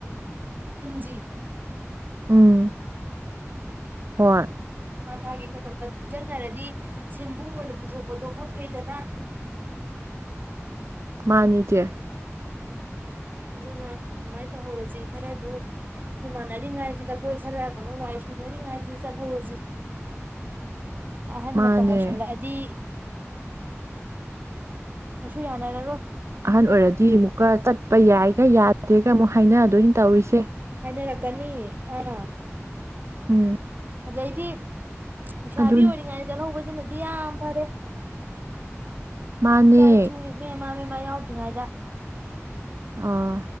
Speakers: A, on the right; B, on the right.
A: ꯄꯨꯟꯖꯤ
B: ꯎꯝ ꯍꯣꯏ
A: ꯊꯥ ꯊꯥꯒꯤ ꯈꯛ ꯈꯛꯇ ꯇꯨꯡꯁꯤꯟꯅꯔꯗꯤ ꯁꯦꯟꯕꯨꯡ ꯑꯣꯏꯅ ꯄꯨꯊꯣꯛꯄꯗꯣ ꯈꯔ ꯐꯩꯗꯅ
B: ꯃꯥꯅꯤ ꯏꯆꯦ
A: ꯑꯗꯨꯅ ꯑꯗꯨꯃꯥꯏꯅ ꯇꯧꯍꯧꯔꯁꯤ ꯈꯔꯁꯨ ꯑꯩꯈꯣꯏ ꯃꯥꯟꯅꯔꯤꯉꯥꯏꯁꯤꯗ ꯑꯩꯈꯣꯏ ꯈꯔ ꯀꯩꯅꯣ ꯋꯥꯏ ꯁꯡꯅꯔꯤꯉꯥꯏꯁꯤꯗ ꯆꯠꯍꯧꯔꯁꯤ ꯑꯍꯟ
B: ꯃꯥꯅꯦ
A: ꯃꯇꯝ ꯑꯣꯏꯁꯜꯂꯛꯑꯗꯤ ꯀꯩꯁꯨ ꯌꯥꯅꯔꯔꯣꯏ
B: ꯑꯍꯟ ꯑꯣꯏꯔꯗꯤ ꯑꯃꯨꯛꯀ ꯆꯠꯄ <unintelligible> ꯌꯥꯗꯦꯒ ꯑꯃꯨꯛ ꯍꯥꯏꯅꯗꯣꯏꯅꯤ ꯇꯧꯔꯤꯁꯦ
A: ꯔꯀꯅꯤ ꯑ <unintelligible>
B: ꯎꯝ
A: ꯑꯗꯩꯗꯤ ꯂꯩꯁꯥꯕꯤ
B: ꯑꯗꯨ
A: ꯑꯣꯏꯔꯤꯉꯩꯗ ꯆꯠꯍꯧꯕ <unintelligible> ꯅꯗꯤ ꯌꯥꯝ ꯐꯔꯦ
B: ꯃꯥꯅꯦ
A: ꯏꯆꯥ ꯏꯁꯨ <unintelligible> ꯃꯥ ꯃ ꯌꯥꯎꯗ꯭ꯔꯤꯉꯩꯗ
B: ꯑꯥ